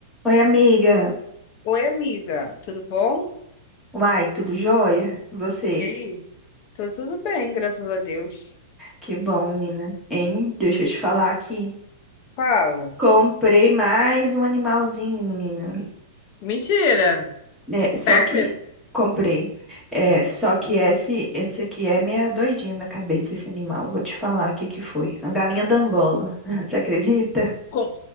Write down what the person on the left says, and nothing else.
Oi, amiga, tudo bom?
E aí? Tô tudo bem, graças a Deus.
Fala.
Mentira!
Sério?
Com-